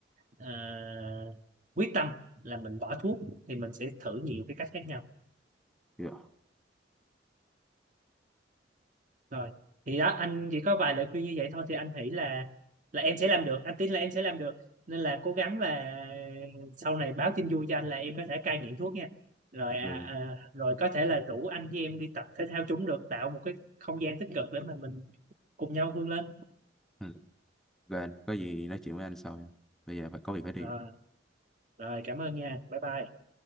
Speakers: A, on the right; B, in the centre.
A: ờ, quyết tâm là mình bỏ thuốc thì mình sẽ thử nhiều cái cách khác nhau
B: yeah.
A: rồi thì đó anh chỉ có vài lời khuyên như vậy thôi thì anh nghĩ là là em sẽ làm được anh tin là em sẽ làm được nên là cố gắng là sau này báo tin vui cho anh là em có thể cai nghiện thuốc nha rồi à,
B: được.
A: à, rồi có thể là rủ anh với em đi tập thể thao chúng được tạo một cái không gian tích cực để mà mình cùng nhau vươn lên
B: Ừ. Rồi, anh có gì nói chuyện với anh sau nha. Bây giờ phải có việc phải đi
A: rồi rồi cảm ơn nha bye bye